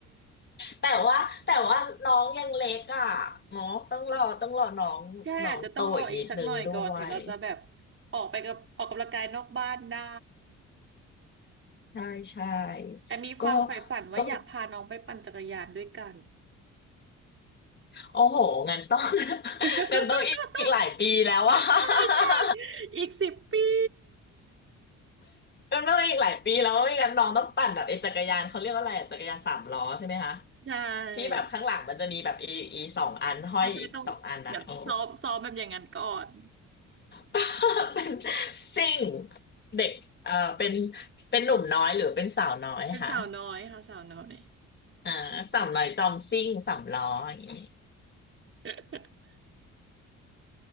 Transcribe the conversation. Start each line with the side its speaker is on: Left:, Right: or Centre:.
Left: แต่ว่าแต่ว่าน้องยังเล็กอ่ะเนาะต้องรอต้องรอน้องน้องโตอีกนิดนึงด้วย
Right: ใช่อาจจะต้องรออีกสักหน่อยก่อนถึงเราจะแบบออกไปกับออกกำลังกายนอกบ้านได้
Left: ใช่ใช่
Right: แต่มีความใฝ่ฝันว่าอยากพาน้องไปปั่นจักรยานด้วยกัน
Left: ก็ต้องโอ้โหงั้นต้อง <laughs>
Right: <laughs>
Left: งั้นต้องอีกอีกหลายปีแล้วอ่ะ <laughs>
Right: ใช่ใช่อีกสิบปี
Left: งั้นต้องอีกหลายปีแล้วไม่งั้นน้องต้องปั่นแบบไอ้จักรยานเขาเรียกว่าอะไรอะจักรยานสามล้อใช่ไหมคะ
Right: <laughs> ใช่
Left: ที่แบบข้างหลังมันจะมีแบบอีอีสองอันห้อยอีกสองอันอ่ะโอ้
Right: อาจจะต้องเดี๋ยวซ้อมซ้อมแบบอย่างนั้นก่อน
Left: <laughs> เป็นซิ่งเด็กเอ่อเป็นเป็นหนุ่มน้อยหรือเป็นสาวน้อยคะ
Right: เป็นสาวน้อยค่ะสาวน้อย
Left: อ่าสาวน้อยจอมซิ่งสามล้ออย่างนี้
Right: <laughs>